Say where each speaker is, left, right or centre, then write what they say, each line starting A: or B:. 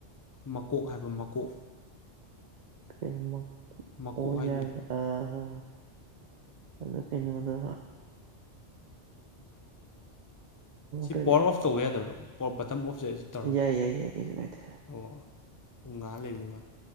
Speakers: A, on the left (about 25°); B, on the right (about 50°).
A: ꯃꯀꯣꯛ ꯍꯥꯏꯕ ꯃꯀꯣꯛ
B: ꯀꯩꯅꯣ ꯃꯛ
A: ꯃꯀꯣꯛ
B: ꯑꯣ
A: ꯍꯥꯏꯗꯣꯏꯅꯦ
B: ꯌꯥꯔꯦ ꯑꯥꯥ ꯑꯗꯨ ꯀꯩꯅꯣꯗ
A: ꯁꯤ
B: ꯀꯔꯤ
A: ꯄꯋꯥꯔ ꯑꯣꯐ ꯇꯧꯕ ꯌꯥꯗꯕ꯭ꯔ ꯄꯋꯥ ꯕꯇꯝ ꯑꯣꯐ ꯁꯂ ꯇꯧꯔꯒ
B: ꯌꯥꯏ ꯌꯥꯏ ꯌꯥꯏ ꯀꯩꯁꯨ ꯀꯥꯏꯗꯦ
A: ꯑꯣ ꯄꯨꯡ ꯉꯥ ꯂꯩꯔꯨꯗꯣꯏꯕ